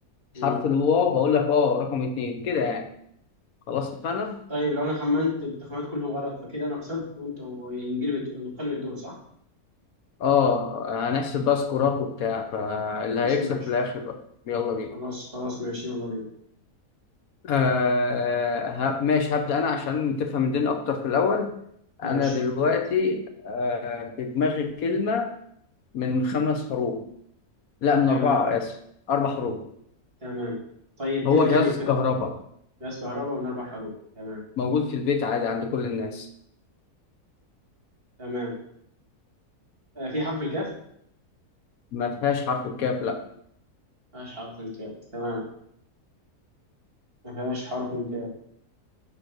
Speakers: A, on the right; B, on the left.
A: امم
B: حرف الواو هقول لك اه رقم اثنين كده يعني خلاص اتفقنا؟
A: طيب لو انا خمنت التخمينات كلهم غلط فكده انا خسرت وانت وينقلب الد- ينقلب الدور صح
B: اه هنحسب بقى سكورات وبتاع فاللي
A: خلاص
B: هيكسب
A: ماشي
B: في الاخر بقى يلا بينا
A: خلاص خلاص ماشي يلا بينا
B: آه ه- ماشي هبدأ انا عشان تفهم الدنيا اكتر في الاول انا
A: ماشي
B: دلوقتي في دماغي كلمة من خمس حروف لا من
A: تمام
B: اربعة اسف اربع حروف
A: تمام طيب
B: هو
A: ايه الكاتيجوري
B: جهاز
A: بتاعك
B: كهرباء
A: غاز كهرباء من اربع حروف تمام
B: موجود في البيت عادي عند كل الناس
A: تمام آه في حرف الكاف
B: ما فيهاش حرف الكاف لا
A: ما فيهاش حرف الكاف تمام ما فيهاش حرف الكاف